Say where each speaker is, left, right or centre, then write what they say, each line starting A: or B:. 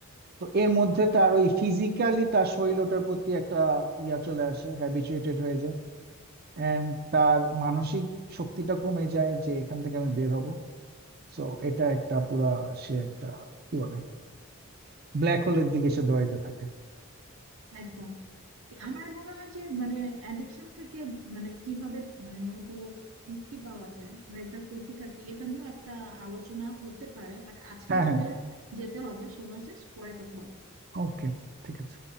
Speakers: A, on the right; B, on the right.
A: তো এর মধ্যে তার ওই ফিজিক্যালি তার শরীর ওটার প্রতি একটা ইয়া চলে আসে হ্যাবিচুয়েটেড হয়ে যায় এন্ড তার মানসিক শক্তিটা কমে যায় যে এখান থেকে আমি বের হব সো এটা একটা পুরা সে একটা কি বলে ব্ল্যাক হোলের দিকে সে দৌড়াইতে থাকে
B: একদম আমার মনে হয় যে মানে অ্যাডিকশন থেকে মানে কিভাবে মানে মনে করো মুক্তি পাওয়া যায় বা এটার প্রতিকার কি এটা নিয়েও একটা আলোচনা হতে পারে বাট আজকে
A: হ্যাঁ
B: আসলে
A: হ্যাঁ
B: যেতে হবে সময় শেষ পরে কথা হবে
A: ওকে ঠিক আছে